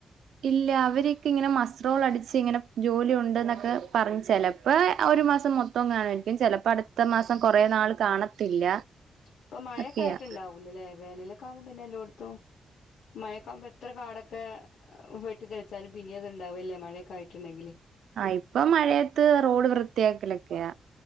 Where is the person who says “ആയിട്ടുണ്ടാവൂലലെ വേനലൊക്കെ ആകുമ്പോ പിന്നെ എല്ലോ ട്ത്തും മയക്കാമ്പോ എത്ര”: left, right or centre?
Left